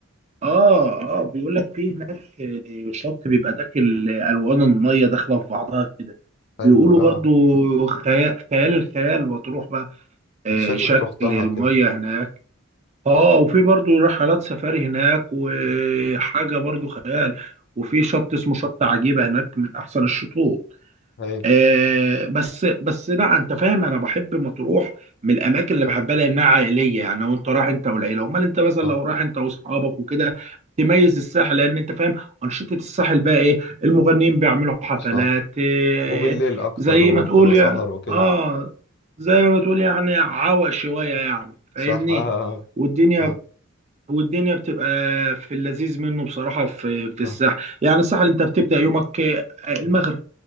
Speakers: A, on the right; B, on the left.
A: اه اه بيقول لك في هناك آه، شط بيبقى داخل آه، الوان الميه داخله في بعضها كده
B: حلو
A: بيقولوا
B: اه
A: برضو خيال خيال الخيال بتروح بقى آه،
B: انت شكلك
A: شكل
B: رحتها
A: الميه
B: كده
A: هناك اه وفي برضو رحلات سفاري هناك وحاجه برضو خيال وفي شط اسمه شط عجيبه هناك من احسن الشطوط
B: هايل
A: آه بس بس لا انت فاهم انا بحب مطروح من الاماكن اللي بحبها لانها عائليه يعني وانت رايح انت والعيله امال انت مثلا
B: صح
A: لو رايح انت واصحابك وكده تميز الساحل لان انت فاهم انشطه الساحل بقى ايه المغنيين بيعملوا حفلات
B: صح
A: آه
B: وبالليل اكتر
A: زي
B: وبتبقى
A: ما تقول يعني
B: سهر وكده
A: اه زي ما تقول يعني عوق شويه يعني
B: صح
A: فاهمني
B: اه اه
A: والدنيا
B: صح,
A: والدنيا بتبقى في اللذيذ منه بصراحه في في
B: صح.
A: الساحل يعني الساحل انت بتبدا يومك آه، المغرب